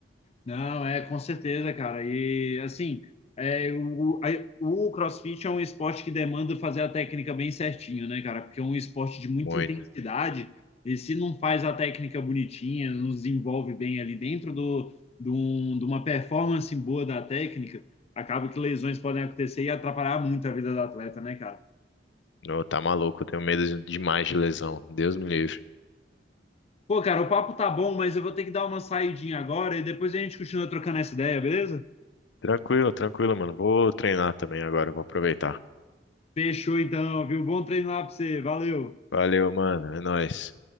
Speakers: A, on the left; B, on the left.
A: Não, é com certeza, cara. E assim, é, o, a- o CrossFit é um esporte que demanda fazer a técnica bem certinho, né, cara? Porque é um esporte de muita
B: muito.
A: intensidade e se não faz a técnica bonitinha, não desenvolve bem ali dentro do, de um- de uma performance boa da técnica, acaba que lesões podem acontecer e atrapalhar muito a vida do atleta, né, cara?
B: Ô, tá maluco, eu tenho medo de- demais de lesão. Deus me livre.
A: Pô, cara, o papo tá bom, mas eu vou ter que dar uma saidinha agora e depois a gente continua trocando essa ideia, beleza?
B: Tranquilo, tranquilo, mano. Vou treinar também agora, vou aproveitar.
A: Fechou então, viu? Bom treino lá pra você. Valeu!
B: Valeu, mano. É nóis.